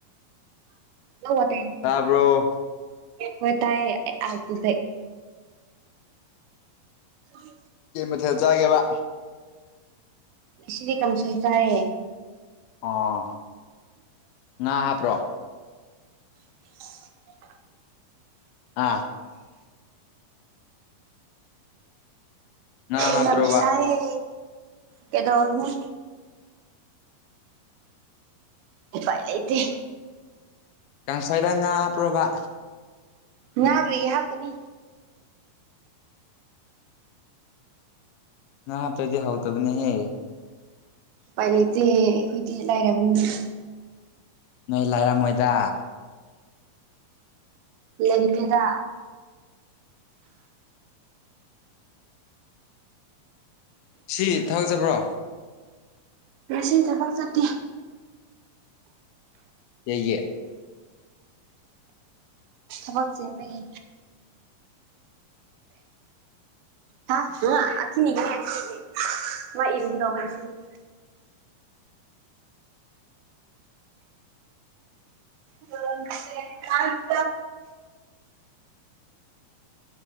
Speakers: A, on the right (about 85°); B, on the left (about 85°).
A: ꯅꯧ ꯋꯥꯇꯥꯏ <unintelligible>
B: ꯇꯥꯕ꯭ꯔꯣ
A: ꯍꯣꯏ ꯇꯥꯏꯌꯦ ꯑꯚ ꯀꯨꯄꯦ ꯎ
B: ꯀꯩ ꯃꯊꯦꯜ ꯆꯥꯒꯦꯕ
A: ꯁꯤꯗꯤ ꯀꯪꯁꯣꯏ ꯆꯥꯏꯌꯦ
B: ꯑꯣ ꯉꯥ ꯍꯥꯞꯇ꯭ꯔꯣ
A: <unintelligible>
B: ꯑꯥ ꯉꯥ ꯍꯥꯞꯇ꯭ꯔꯣꯕ
A: ꯏꯅꯝꯅꯤ ꯁꯥꯏꯌꯦ ꯀꯗꯧꯔꯤꯒꯦ ꯎꯄꯥꯏ ꯂꯩꯇꯦ
B: ꯀꯥꯡꯁꯣꯏꯗ ꯉꯥ ꯍꯥꯞꯄ꯭ꯔꯥꯕ
A: ꯉꯥ ꯀꯔꯤꯒꯤ ꯍꯥꯞꯇꯅꯤ
B: ꯉꯥ ꯍꯥꯞꯇ꯭ꯔꯥꯗꯤ ꯍꯥꯎꯇꯕꯅꯦꯍꯦ
A: ꯎꯄꯥꯏ ꯂꯩꯇꯦ ꯑꯩꯈꯣꯏꯗꯤ ꯂꯥꯏꯔꯕꯅꯤꯅ
B: ꯅꯣꯏ ꯂꯥꯏꯔꯝ ꯃꯣꯏꯗ
A: ꯂꯪꯇꯦꯗ
B: ꯁꯤ ꯊꯕꯛ ꯆꯠꯄ꯭ꯔꯣ
A: ꯉꯁꯤ ꯊꯕꯛ ꯆꯠꯇꯦ
B: ꯀꯩꯒꯤ
A: ꯊꯕꯛ ꯆꯤꯟꯕꯒꯤ <unintelligible> ꯃꯥ ꯢꯔꯨꯒꯗꯧꯕ ꯢꯁꯤꯡ <unintelligible>